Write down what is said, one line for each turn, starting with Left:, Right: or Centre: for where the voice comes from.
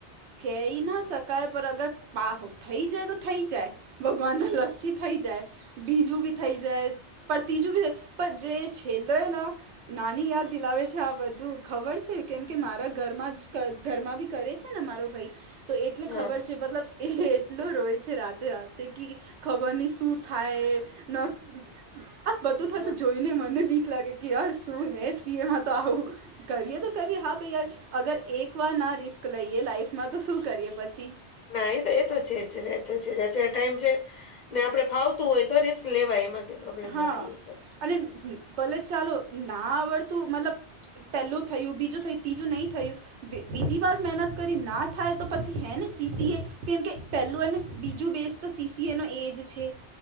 Right: કહી ના શકાય પણ અગર પાહો થઈ જાય તો થઈ જાય ભગવાન ના લગ થી થઈ જાય બીજું, બી થઈ જાય, પણ ત્રીજું બી થઈ જાય પણ જે છેલ્લો નાની યાદ દિલાવે છે, આ બધું ખબર છે? કેમ કે મારા ઘરમાં જ ઘરમાં બી કરે છે ને મારો ભાઈ તો એટલે
Left: હા
Right: ખબર છે મતલબ એ એટલો રોય છે રાતે રાતે કે ખબરની શું થાય ન આ બધું થતું
Left: હા
Right: જોઈને મને બીક લાગે કે યાર શું હે સી એમાં તો આવું કરીએ તો <unintelligible> હા ભાઈ યાર અગર એક વાર ના રિસ્ક લઈએ લાઈફમાં તો શું કરીએ પછી.
Left: ના એ તો એ તો છે જ એ તો છે જ અત્યારે ટાઈમ છે ને આપડે ફાવતું હોય તો રિસ્ક લેવાય એમાં કઈ પ્રોબ્લેમ
Right: હા
Left: નથી.
Right: અને ભલે ચાલો ના આવડતું મતલબ પહેલું થયું બીજું થયું ત્રીજું નહીં થયું બીજી વાર મહેનત કરી ના થાય તો પછી હે ને સીસી એ કેમ કે પહેલું અને બીજું બેસ્ટ તો સીસીએ નો એજ છે